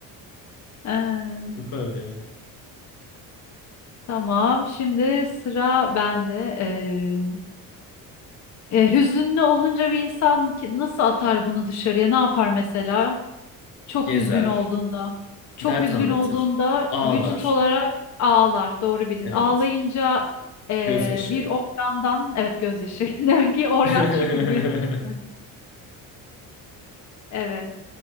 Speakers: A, on the left; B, on the left.
A: Ee,
B: Süper ya.
A: tamam şimdi sıra bende. Ee, e, hüzünlü olunca bir insan ki- nasıl atar bunu dışarıya? Ne yapar mesela? Çok
B: Gezer,
A: üzgün olduğunda. Çok
B: dert
A: üzgün
B: anlatır,
A: olduğunda
B: ağlar.
A: vücut olarak ağlar. Doğru bildin.
B: Evet.
A: Ağlayınca e,
B: Gözyaşı.
A: bir organdan evet gözyaşı <laughs> bir organ
B: <laughs>
A: çünkü gözüne söyleyeyim. Evet.